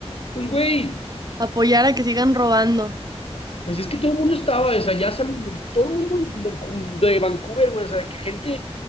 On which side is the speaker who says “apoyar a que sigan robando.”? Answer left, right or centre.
Right